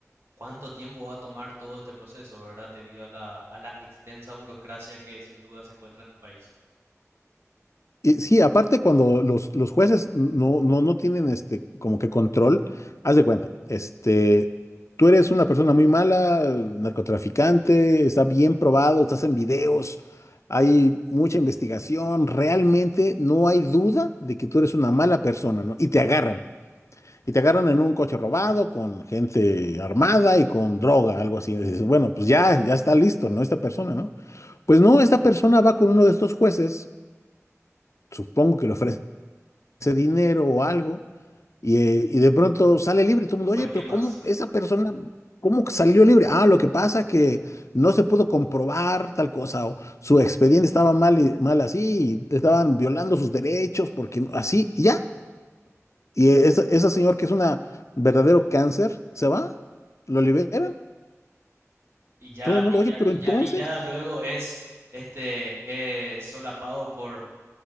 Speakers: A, on the right; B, on the left.
A: ¿cuánto tiempo va a tomar todo este proceso, verdad? Debido a la, a la extensa burocracia que sin duda se encuentra en el país.
B: Y sí, aparte cuando los, los jueces no, no, no tienen este como que control, haz de cuenta, este, tú eres una persona muy mala, narcotraficante, está bien probado, estás en videos, hay mucha investigación, realmente no hay duda de que tú eres una mala persona, ¿no? Y te agarran, y te agarran en un coche robado con gente armada y con droga, algo así. Y dices, bueno, pues ya, ya está listo, ¿no? Esta persona, ¿no? Pues no, esta persona va con uno de estos jueces, supongo que le ofrece ese dinero o algo, y, eh, y de pronto sale libre y todo el mundo,
A: Pues,
B: oye, pero
A: ¿qué más?
B: ¿cómo esa persona, cómo que salió libre? Ah, lo que pasa que no se pudo comprobar tal cosa, o su expediente estaba mal, y, mal así, y le estaban violando sus derechos, porque no- así, y ya. Y e, esa, esa señora que es una verdadero cáncer, se va, lo liberan,
A: Y ya,
B: todo el mundo,
A: y
B: oye,
A: ya,
B: pero
A: y
B: entonces,
A: ya, y ya luego es, este, eh, solapado por